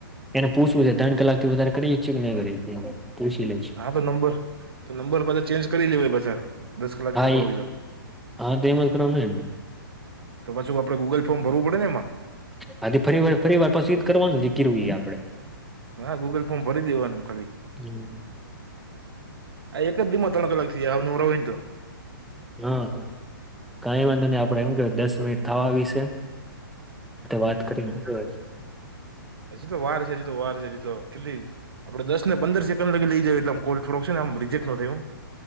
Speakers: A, in the centre; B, on the right (about 90°).
A: એને પૂછવું છે ત્રણ કલાકથી વધારે કરી શકીએ કે નહી. પુછીએ?
B: હા તો નંબર તો નંબર પાછા ચેન્જ કરી લેવાય પાછા દસ કલાકથી
A: હા
B: ઉપર
A: એ
B: હોય તો
A: <unintelligible>
B: તો પાછુ ગુગલ ફોર્મ ભરવું પડે ને એમાં
A: હા ફરીવાર પાછું એ જ કરવાનું ને જે કર્યું આપણે
B: હા ગૂગલ ફોમ ભરી દેવાનું ખાલી.
A: હમ
B: આ એક જ દિવસમાં થઈ જાય ત્રણ કલાક નવરા હોય તો.
A: હા હા. કઈ વાંધો નહી આપડે એમ કે દસ મિનિટ થવા આવી છે. વાત કરીને શું કેવાય
B: હજી તો વાર છે કેટલી? આપણે દસ ને પંદર સેકન્ડ લઈ જઈએ એટલે આમ કોલ છેને રિજેક્ટ ના થાય.